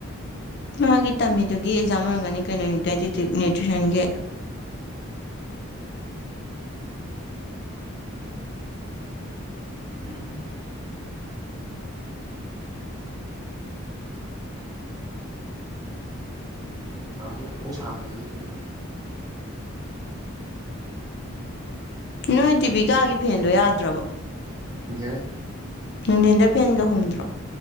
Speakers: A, on the left; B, on the right.
A: ꯃꯥꯒꯤ ꯇꯝꯃꯤꯗꯨꯒꯤ ꯑꯦꯛꯖꯥꯝ ꯑꯣꯏꯔꯝꯒꯅꯤ ꯀꯩꯅꯣꯅꯤ ꯗꯥꯏꯇꯤꯛ ꯅ꯭ꯌꯨꯇ꯭ꯔꯤꯁꯟꯒꯤ
B: <unintelligible> ꯎꯝ ꯇꯥꯗꯤ <unintelligible> <unintelligible> ꯇꯨꯡ
A: ꯅꯣꯏ ꯇꯤꯚ ꯀꯥꯒꯤ ꯐꯦꯟꯗꯣ ꯌꯥꯗ꯭ꯔꯕꯣ
B: ꯌꯥꯏ
A: ꯅꯨꯡꯊꯝꯟꯗ ꯐꯦꯟꯒ ꯍꯨꯝꯗ꯭ꯔꯣ